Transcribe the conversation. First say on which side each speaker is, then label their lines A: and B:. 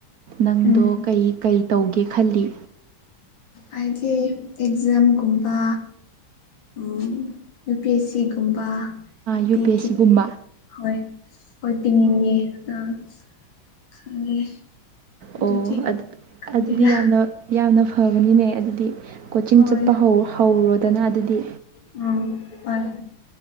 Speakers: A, on the right (about 70°); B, on the left (about 75°).
A: ꯅꯪꯗꯣ
B: ꯎꯝ
A: ꯀꯩ ꯀꯩ ꯇꯧꯒꯦ ꯈꯜꯂꯤ
B: ꯑꯩꯗꯤ ꯑꯦꯛꯖꯥꯝꯒꯨꯝꯕ ꯎꯝ ꯌꯨ ꯄꯤ ꯑꯦ ꯁꯤꯒꯨꯝꯕ
A: ꯌꯨ
B: ꯄꯤꯈꯤꯒꯦ
A: ꯄꯤ ꯑꯦꯁ ꯁꯤꯒꯨꯝꯕ
B: ꯍꯣꯏ ꯍꯣꯏ ꯄꯤꯅꯤꯡꯉꯦ ꯅꯪ ꯈꯜꯂꯦ ꯑꯗꯨꯗꯤ
A: ꯑꯣ ꯑꯗꯨ
B: ꯈꯪꯗꯦꯗ
A: ꯑꯗꯨꯗꯤ ꯌꯥꯝꯅ ꯌꯥꯝꯅ ꯐꯕꯅꯤꯅꯦ ꯑꯗꯨꯗꯤ ꯀꯣꯆꯤꯡ
B: ꯍꯣꯏ
A: ꯆꯠꯄ ꯍꯧ ꯍꯧꯔꯣꯗꯅ ꯑꯗꯨꯗꯤ
B: ꯎꯝ ꯍꯣꯏ